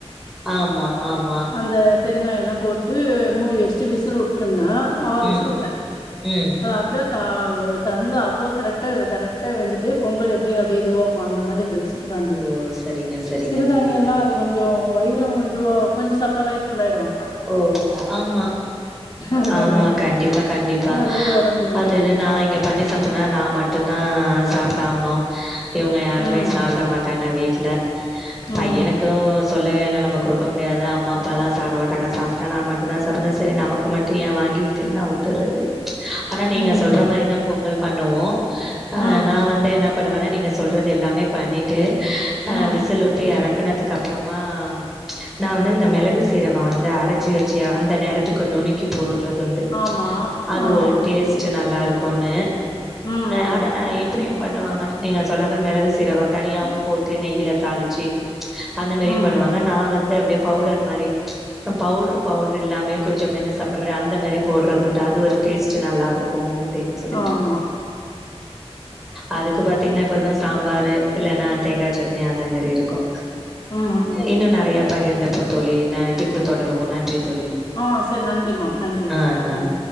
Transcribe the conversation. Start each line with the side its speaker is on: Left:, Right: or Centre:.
Centre: ஆமா ஆமா
Left: அந்த பெருங்காய எல்லாம் போட்டு மூடி வச்ட்டு விசில் உட்டம்னா ஆறு
Centre: ம்,
Left: விசில் உட்டேன்
Centre: ம்.
Left: அது அவ்ள கா தந்து அவ்ள கரெக்டா கரெக்டா வெந்துட்டு பொங்கல் எப்டி அப்டிய இதுவாக்கும் அந்த மாரி இந்தது
Centre: ஓ! சரிங்க, சரிங்க,
Left: சிறுதானியன்னா
Centre: சரிங்க.
Left: இது கொஞ்சோ வயிறும் இதுவோ கொஞ்ச சாப்ட்டா வயிர் ஃபுல்லாயிடும்
Centre: ஒ ஆமா
Left: அதனால
Centre: ஆமா கண்டிப்பா கண்டிப்பா
Left: நல்லது ஒடம்புக்கு
Centre: அது
Left: அப்டின்னு
Centre: இது நா இங்க பண்ணி சாப்பனுனா நா மட்டு தா சாப்ட்டாவணும் இவுங்க யாருமே
Left: ம்
Centre: சாப்ட மாட்டாங்க வீட்ல
Left: ம்
Centre: பையனுக்கு எதும் சொல்லவேணா நம்ம குடுக்க முடியாது அம்மா அப்பால்லா சாப்ட மாட்டாங்க சாப்ட்டா நா மட்டு தா சாப்பனும் சரி நமக்கு மட்டு ஏன் வாங்கிகிட்டுனு நா உட்டுறது ஆனா நீங்க
Left: ம்
Centre: சொல்ற மாரி தா பொங்கல் பண்ணுவோம் அ
Left: ம்
Centre: நா வந்து என்ன பண்ணுவானா நீங்க சொல்றது எல்லாமே பண்ணிட்டு அ
Left: ம்
Centre: விசில் உட் டு எறக்குனதுக்கு அப்பறமா நா வந்து இந்த மெளகு சீரகம் வந்து அரச்ச வச்சு அந்த நேரத்துக்கு நுணுக்கி போடறது உண்டு
Left: ஆமா
Centre: அது
Left: ஆ
Centre: ஒரு டேஸ் ச்சு நல்லா இருக்கும்னு
Left: ம்
Centre: ஆனா நா இப்டியும் பண்ணுவாங்க நீங்க சொல்ற மாரி மெளகு சீரகம் தனியாவு
Left: ம்
Centre: போட்டு நெய்யில தாளிச்சி அந்த மாரியும்
Left: ம்
Centre: பண்ணுவாங்க நா வந்து அப்டியே பவுடர் மாரி பவுட்ரும் பவுடரு இல்லாமயு கொஞ்ச மென்னு சாப்ற மாரி அந்த மாரி போட்றது உண்டு அது ஒரு டேஸ்ட் நல்லா இருக்கு அப்டின்னு சொல்லி
Left: ஆமா
Centre: அதுக்கு பாத்தீங்கன்னா இப்ப எதும் சாம்பாரு இல்லன்னா தேங்கா சட்னி அந்த மாரி இருக்கு
Left: ம்
Centre: இன்னும் நறைய பகிர்ந்துப்போ தோழி நா பின்பு தொடருவோம் நன்றி தோழி
Left: ஆ சரி நன்றிமா நன்றி
Centre: ஆ ஆ
Left: ம்